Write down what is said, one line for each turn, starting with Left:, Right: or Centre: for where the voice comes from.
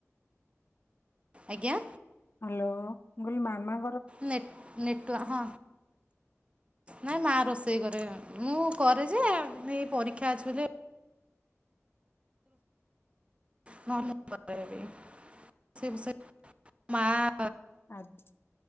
Right: ଆଜ୍ଞା।
Left: ହ୍ୟାଲୋ ମୁଁ କଇଲି ମାମ
Right: ନେ ନେଟଆ ହଁ ନାଇଁ ମ ର ସେଇ କରେ ମୁଁ କରେ ଯେ ଏଇ ପରୀକ୍ଷା ଅଛି ବୋଲି ନ <unintelligible> ମା।
Left: ଆଜ